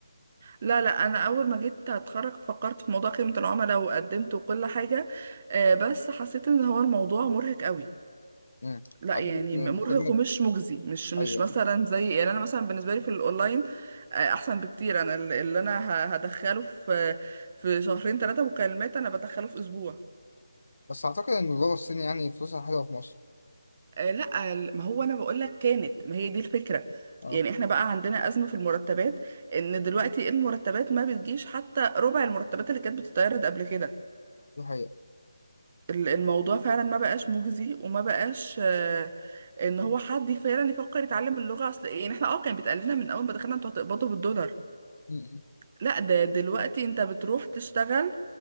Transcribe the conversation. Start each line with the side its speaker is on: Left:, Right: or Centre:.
Right: لا لا انا اول ما جيت اتخرج فكرت في موضوع خدمة العملاء وقدمت وكل حاجة آه، بس حسيت ان هو الموضوع مرهق قوي
Left: امم
Right: لا
Left: اعتقد
Right: يعني
Left: ان
Right: مرهق
Left: الخدمه
Right: ومش مجزي مش مش
Left: ايوه
Right: مثلا
Left: ايوه
Right: زي يعني انا مثلا بالنسبه لي في الاونلاين آه، احسن بكتير انا ال- اللي انا ه- هدخله في في شهرين ثلاثه مكالمات انا بدخله في اسبوع
Left: بس اعتقد ان اللغه الصينيه يعني فلوسها حلوه في مصر
Right: آه، لا ال- ما هو انا بقول لك كانت ما هي دي الفكره
Left: اه
Right: يعني احنا بقى عندنا ازمه في المرتبات ان دلوقتي المرتبات ما بتجيش حتى ربع المرتبات اللي كانت بتتعرض قبل كده
Left: دي حقيقه
Right: ال- الموضوع فعلا ما بقاش مجزي وما بقاش آه، ان هو حد فعلا يفكر يتعلم اللغة اصل يعني احنا اه كان بيتقال لنا من اول ما دخلنا انتوا هتقبضوا بالدولار
Left: مم.
Right: لا ده دلوقتي انت بتروح تشتغل